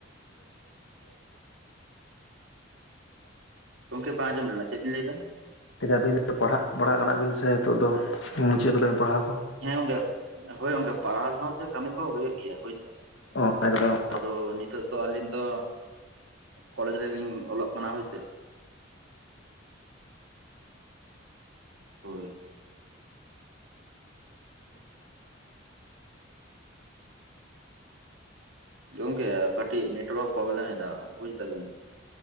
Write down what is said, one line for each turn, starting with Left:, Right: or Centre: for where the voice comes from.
Right: ᱜᱚᱢᱠᱮ ᱵᱟᱝ ᱟᱡᱚᱢᱞᱮᱱᱟ᱾? ᱪᱮᱫ ᱵᱤᱱ ᱞᱟᱹᱭᱫᱟ
Left: ᱪᱤᱠᱟᱹ ᱟᱹᱵᱤᱱ ᱫᱚ ᱯᱟᱲᱦᱟᱜ ᱯᱟᱲᱦᱟᱜ ᱠᱟᱱᱟ ᱵᱤᱱ ᱥᱮ ᱦᱤᱛᱚᱜ ᱫᱚ ᱢᱩᱪᱟᱹᱫ ᱠᱚᱫᱟᱵᱤᱱ ᱯᱟᱲᱦᱟᱣ ᱠᱚ?
Right: ᱦᱮᱸ ᱜᱚᱢᱠᱮ, ᱦᱳᱭ ᱚᱱᱠᱮ ᱯᱟᱲᱦᱟᱣ ᱥᱟᱶᱛᱮ ᱠᱟᱹᱢᱤ ᱠᱚ ᱦᱩᱭᱩᱜ ᱜᱮᱭᱟ ᱦᱳᱭᱥᱮ᱾
Left: ᱚ ᱮᱠᱫᱚᱢ
Right: ᱟᱫᱚ ᱱᱤᱛᱚᱜ ᱫᱚ ᱟᱹᱞᱤᱧ ᱫᱚ ᱠᱚᱞᱮᱡᱽ ᱨᱮᱞᱤᱧ ᱚᱞᱚᱜ ᱠᱟᱱᱟ ᱦᱳᱭᱥᱮ᱾ ᱦᱳᱭ᱾ ᱜᱚᱝᱠᱮ ᱠᱟᱹᱴᱤᱡ ᱱᱮᱴᱳᱣᱟᱨᱠ ᱯᱨᱚᱵᱮᱢ ᱮᱫᱟ ᱵᱩᱡ ᱫᱟᱵᱤᱱ᱾